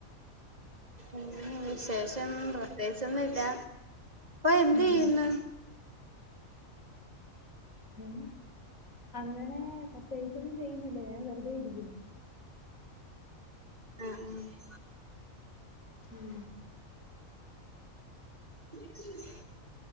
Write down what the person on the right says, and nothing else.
ഉം വിശേഷം പ്രത്യേകിച്ചൊന്നുല്ല എന്ത്
ചെയ്യുന്നു
ആഹ് ആഹ്
<inaudible>